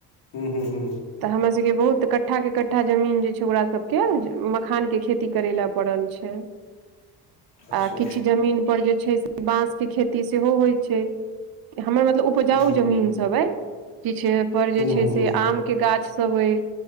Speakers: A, on the left; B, on the right.
A: हूँ हू हूँ।
B: तऽ हमर सबके बहुत कट्ठाके कट्ठा जमीन जे छै ओकरा सभके मखानके खेती करय ले पड़ल छै।
A: अच्छा
B: आ किछु जमीन पर जे छै से बांस के खेती सेहो होइ छै, हमर मत मतलब उपजाउ
A: हूँ
B: जमीन सब अछि किछु पर जे
A: हूँ
B: छै
A: हूँ
B: से आम के गाछ सब अछि